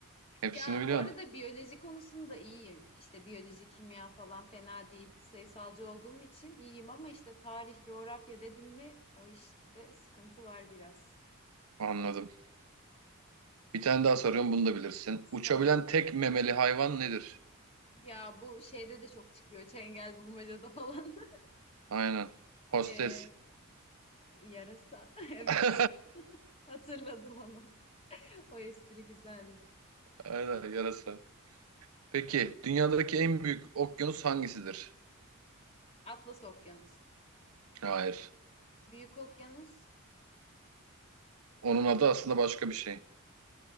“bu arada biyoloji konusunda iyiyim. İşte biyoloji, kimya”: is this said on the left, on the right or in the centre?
Left